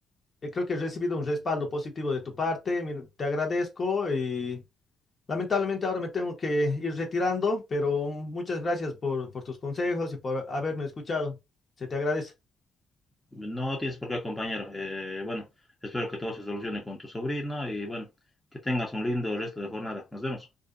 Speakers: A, on the left; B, in the centre.
A: eh, creo que he recibido un respaldo positivo de tu parte. Mira, te agradezco y lamentablemente ahora me tengo que ir retirando, pero muchas gracias por, por tus consejos y por haberme escuchado. Se te agradece.
B: No tienes por qué, compañero. Eh, bueno, espero que todo se solucione con tu sobrino y bueno, que tengas un lindo resto de jornada. Nos vemos.